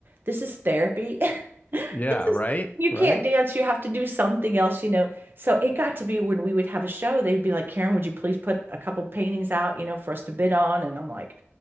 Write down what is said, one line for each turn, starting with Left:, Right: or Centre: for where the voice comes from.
Right: this is therapy
Left: Yeah,
Right: this is
Left: right?
Right: you
Left: Right?
Right: can't dance, you have to do something else, you know. So it got to be when we would have a show, they'd be like, Karen, would you please put a couple paintings out, you know, for us to bid on? And I'm like,